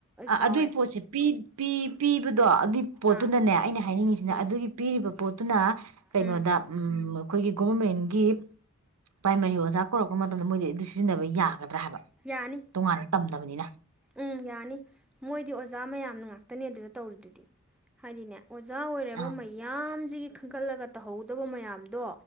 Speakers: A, on the right; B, in the centre.
A: ꯑ
B: ꯀꯥꯎꯔꯦ
A: ꯑꯗꯨꯏ ꯄꯣꯠꯁꯦ ꯄꯤꯄꯤ ꯄꯤꯕꯗ ꯑꯣ ꯑꯗꯨꯒꯤ ꯄꯣꯠꯇꯨꯅꯅꯦ
B: ꯑꯥ
A: ꯑꯩꯅ ꯍꯥꯏꯅꯤꯡꯉꯤꯁꯤꯅ
B: ꯎꯝ
A: ꯑꯗꯨꯒꯤ ꯄꯤꯔꯤꯕ ꯄꯣꯠꯇꯨꯅ ꯀꯩꯅꯣꯗ
B: ꯎꯝ
A: ꯑꯩꯈꯣꯏꯒꯤ ꯒꯣꯕꯔꯃꯦꯟꯒꯤ ꯄ꯭ꯔꯥꯏꯃꯥꯔꯤ ꯑꯣꯖꯥ ꯀꯧꯔꯛꯄ ꯃꯇꯝꯗ ꯃꯣꯏꯗꯤ ꯁꯤꯖꯤꯟꯅꯕ ꯌꯥꯒꯗ꯭ꯔꯥ ꯍꯥꯏꯕ
B: ꯌꯥꯅꯤ
A: ꯇꯣꯉꯥꯟꯅ ꯇꯝꯗꯕꯅꯤꯅ
B: ꯎꯝ ꯌꯥꯅꯤ ꯃꯣꯏꯗꯤ ꯑꯣꯖꯥ ꯃꯌꯥꯝꯅ ꯉꯥꯛꯇꯅꯤ ꯑꯗꯨꯗ ꯇꯧꯔꯤꯗꯨꯗꯤ ꯍꯥꯏꯗꯤꯅꯦ ꯑꯣꯖꯥ ꯑꯣꯏꯔꯕ
A: ꯑꯥ
B: ꯃꯌꯥꯝ ꯁꯤꯒꯤ ꯈꯟꯒꯠꯂꯒ ꯇꯧꯍꯧꯗꯕ ꯃꯌꯥꯝꯗꯣ